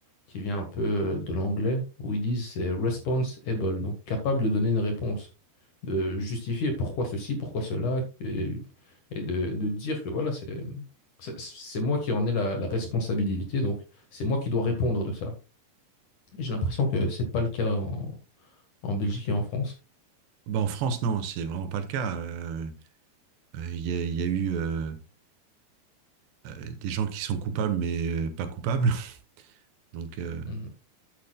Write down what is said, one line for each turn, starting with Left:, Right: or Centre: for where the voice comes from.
Left: qui vient un peu euh, de l'anglais, où ils disent c'est responsible, donc capable de donner une réponse, de justifier pourquoi ceci, pourquoi cela, et, et de, de dire que voilà, c'est c'est c'est moi qui en ai la, la responsabilité, donc c'est moi qui dois répondre de ça. Et j'ai l'impression que c'est pas le cas en, en Belgique et en France.
Right: Bah, en France, non, c'est vraiment pas le cas. Euh, euh, Il y, a, il y a eu euh, euh, des gens qui sont coupables mais euh, pas coupables, <laughs> donc euh,
Left: Mhm.